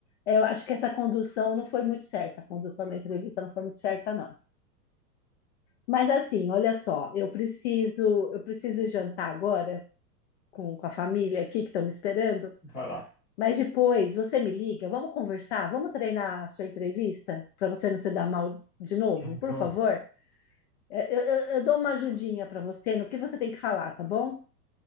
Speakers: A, on the left; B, on the left.
A: é, eu acho que essa condução não foi muito certa. A condução da entrevista não foi muito certa, não. Mas assim, olha só, eu preciso, eu preciso jantar agora com, com a família aqui que estão me esperando.
B: Vai lá.
A: Mas depois você me liga, vamos conversar, vamos treinar a sua entrevista para você não se dar mal de novo,
B: <laughs> Tá
A: por
B: bom.
A: favor. É, Eu, eu- eu dou uma ajudinha para você no que você tem que falar, tá bom?